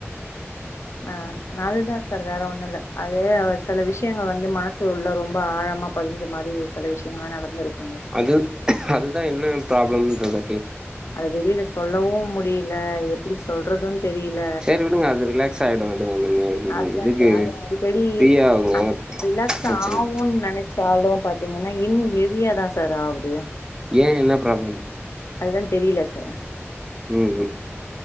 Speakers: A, on the left (about 80°); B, on the right (about 15°).
A: ஆ அதுதா சார் வேற ஒண்ணுல்ல அதே அவச செல விஷயங்கள் வந்து மனசு உள்ள ரொம்ப ஆழமா பதிஞ்ச மாரி சில விஷயங்கள்லா நடந்துருக்கு
B: அது அதுதா என்ன ப்ராப்ளம்ன்றது
A: அது வெளியில சொல்லவு முடியல எப்படி சொல்றதுன் தெரியல
B: சரி விடுங்க அது ரிலாக்ஸ் ஆயிடு விடுங்க நீங்க
A: அதுதாந்த
B: இதுக்கு
A: அத அடிக்கடி
B: ஃப்ரீயாவுங்க
A: அது ரிலாக்ஸ்ஸாவுன்
B: பிரச்சன
A: நெனச்சாலும் பாத்தீங்கன்னா இன்னு ஹெவியாதா சார் ஆவுது
B: ஏ என்ன ப்ராப்ளம்
A: அதுதா தெரியல சார்
B: ம்